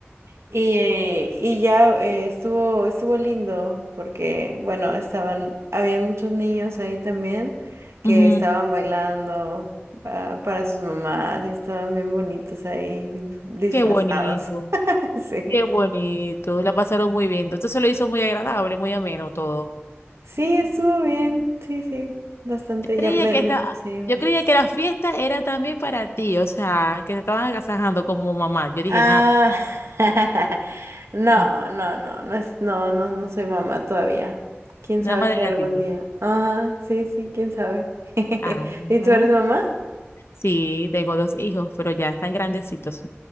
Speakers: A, on the right; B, on the left.
A: y, eh, y ya eh, estuvo, estuvo lindo porque, bueno, estaban, habían muchos niños ahí también que
B: Ujú.
A: estaban bailando ah, para sus mamás y estaban bien bonitos ahí disfrazados.
B: Qué bonito.
A: <laughs> Sí,
B: Qué bonito. La pasaron muy bien. Entonces se lo hizo muy agradable, muy ameno todo.
A: sí, estuvo bien, sí, sí, bastante,
B: creía
A: ya me,
B: que
A: me-
B: esta,
A: sí.
B: yo creía que la fiesta era también para ti, o sea, que te estaban agasajando como mamá. Yo dije,
A: Ah,
B: nada, tú,
A: <laughs> no,
B: mm,
A: no, no, no es, no, no, no soy mamá todavía. Quién
B: nada
A: sabe
B: más
A: si
B: del
A: algún
B: gatito.
A: día. Ajá, sí, sí, quién sabe. <laughs>
B: Ajá.
A: ¿Y tú eres mamá?
B: Sí, tengo dos hijos, pero ya están grandecitos.